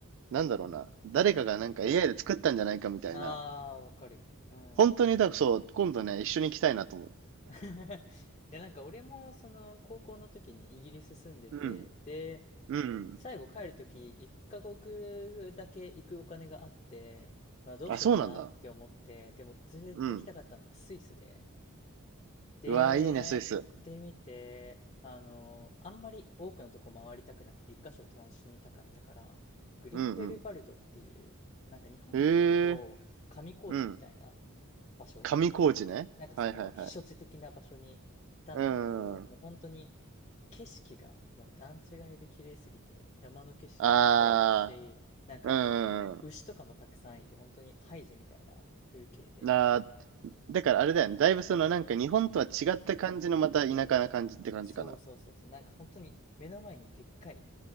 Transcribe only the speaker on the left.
あー、わかる。うんうん
<laughs> いや、なんか俺もその高校の時にイギリス住んでて、
で、
最後帰る時1カ国だけ行くお金があって、まあどうしようかなって思って、
でもずっと行きたかったのがスイスで、
で、
行ってみて、あの、あんまり多くのとこ回りたくなくて1箇所を楽しみたかったから、グリンデルバルドっていう、
なんか日本で言うと上高地みたいな
場所。
なんかその避暑地的な場所に行ったんだけど、
もう本当に景色がもう段違いで綺麗すぎて、山の景色もそうだし、
なんか
牛とかもたくさんいて、本当にハイジみたいな風景で、
そうそうそうそう、なんか本当に目の前にでっかい